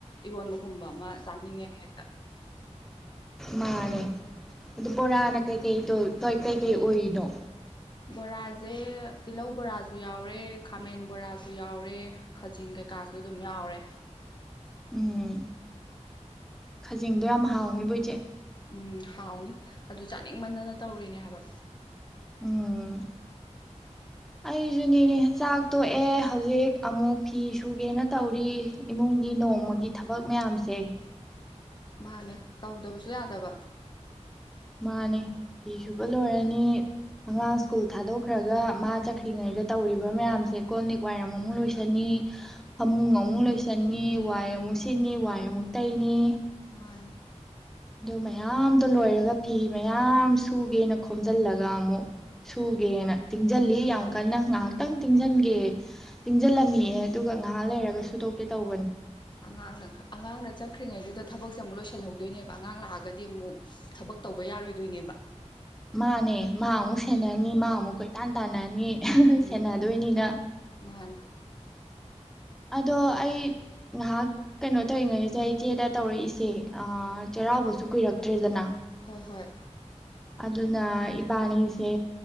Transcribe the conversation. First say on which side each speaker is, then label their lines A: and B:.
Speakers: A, on the left; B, in the centre.
A: ꯏꯔꯣꯟꯕꯒꯨꯝꯕ ꯑꯃ ꯆꯥꯅꯤꯡꯉꯦꯕ ꯍꯦꯛꯇ
B: ꯃꯥꯅꯦ ꯑꯗꯨ ꯕꯣꯔꯥꯅ ꯀꯩꯀꯩ ꯇꯣꯏ ꯀꯩꯀꯩ ꯑꯣꯏꯔꯤꯅꯣ
A: ꯕꯣꯔꯥꯁꯦ ꯇꯤꯜꯍꯧ ꯕꯣꯔꯥꯁꯨ ꯌꯥꯎꯔꯦ ꯈꯥꯃꯦꯟ ꯕꯣꯔꯥꯁꯨ ꯌꯥꯎꯔꯦ ꯈꯥꯖꯤꯡ ꯀꯩꯀꯥꯁꯨ ꯑꯗꯨꯝ ꯌꯥꯎꯔꯦ
B: ꯎꯝ ꯈꯖꯤꯡꯗꯣ ꯌꯥꯝ ꯍꯥꯎꯉꯤꯕꯣꯏ ꯏꯆꯦ
A: ꯎꯝ ꯍꯥꯎꯅꯤ ꯑꯗꯨ ꯆꯥꯅꯤꯡꯃꯟꯅꯅ ꯇꯧꯔꯤꯅꯦ ꯍꯥꯏꯕ
B: ꯎꯝ ꯑꯩꯁꯨꯅꯤꯅꯦ ꯆꯥꯛ ꯇꯣꯛꯑꯦ ꯍꯧꯖꯤꯛ ꯑꯃꯨꯛ ꯐꯤ ꯁꯨꯒꯦꯅ ꯇꯧꯔꯤ ꯏꯃꯨꯡꯒꯤ ꯅꯣꯡꯃꯒꯤ ꯊꯕꯛ ꯃꯌꯥꯝꯁꯦ
A: ꯥꯃꯅꯦ ꯇꯧꯗꯕꯁꯨ ꯌꯥꯗꯕ
B: ꯃꯥꯅꯤ ꯐꯤ ꯁꯨꯕ ꯂꯣꯏꯔꯅꯤ ꯑꯉꯥꯡ ꯁ꯭ꯀꯨꯜ ꯊꯥꯗꯣꯛꯈ꯭ꯔꯒ ꯃꯥ ꯆꯠꯈ꯭ꯉꯩ
A: ꯎꯝ
B: ꯇꯧ ꯐ ꯃꯌꯥꯝꯁꯦ ꯀꯣꯛ ꯋꯥꯏꯔꯝ ꯑꯃꯨꯛ ꯂꯣꯏꯁꯟꯅꯤ ꯐꯃꯨꯡ ꯑꯃꯨꯛ ꯂꯣꯏꯁꯟꯅꯤ ꯋꯥꯏ ꯑꯃꯨꯛ ꯁꯤꯠꯅꯤ ꯋꯥꯏ ꯑꯃꯨꯛ ꯇꯩꯅꯤ
A: ꯃꯥꯅꯦ
B: ꯑꯗꯨ ꯃꯌꯥꯝꯗꯣ ꯂꯣꯏꯔꯒ ꯐꯤ ꯃꯌꯥꯝ ꯁꯨꯒꯦꯅ ꯈꯣꯝꯖꯤꯜꯂꯒ ꯑꯃꯨꯛ ꯁꯨꯒꯦꯅ ꯇꯤꯡꯖꯤꯜꯂꯤ ꯌꯥꯝ ꯀꯟꯅ ꯉꯥꯏꯍꯥꯛꯇꯪ ꯇꯤꯡꯁꯤꯟꯒꯦ ꯇꯤꯡꯁꯤꯜꯂꯝꯃꯤꯑꯦ ꯑꯗꯨꯒ ꯉꯥꯏꯍꯥꯛ ꯂꯩꯔꯒ ꯁꯨꯗꯣꯛꯀꯦ ꯇꯧꯕꯅꯤ
A: ꯑꯉꯥꯡꯅ ꯑꯉꯥꯡꯅ ꯆꯠꯈ꯭ꯔꯤꯉꯩꯗꯨꯗ ꯊꯕꯛꯁꯦ ꯑꯃꯨꯛ ꯂꯣꯏꯁꯤꯜꯍꯧꯗꯣꯏꯅꯦꯕ ꯑꯉꯥꯡ ꯂꯥꯛꯑꯒꯗꯤ ꯑꯃꯨꯛ ꯊꯕꯛ ꯇꯧꯕ ꯌꯥꯔꯣꯏꯗꯣꯏꯅꯦꯕ
B: ꯃꯥꯅꯦ ꯃꯥ ꯑꯃꯨꯛ ꯁꯦꯟꯅꯅꯤ ꯃꯥ ꯑꯃꯨꯛ ꯀꯣꯏꯇꯥꯟ ꯇꯥꯟꯅꯅꯤ
A: ꯎꯝ
B: ꯁꯦꯟꯅꯗꯣꯏꯅꯤꯅ
A: ꯃꯥꯅꯦ
B: ꯑꯗꯣ ꯑꯩ ꯉꯥꯏꯍꯥꯛ ꯀꯩꯅꯣ ꯇꯧꯔꯤꯉꯩꯁꯦ ꯏꯆꯦꯗ ꯇꯧꯔꯛꯏꯁꯦ ꯑ ꯆꯩꯔꯥꯎꯕꯁꯨ ꯀꯨꯏꯁꯨ ꯀꯨꯏꯔꯛꯇ꯭ꯔꯦꯗꯅ
A: ꯍꯣꯏ ꯍꯣꯏ
B: ꯑꯗꯨꯅ ꯏ ꯏꯕꯥꯅꯤꯁꯦ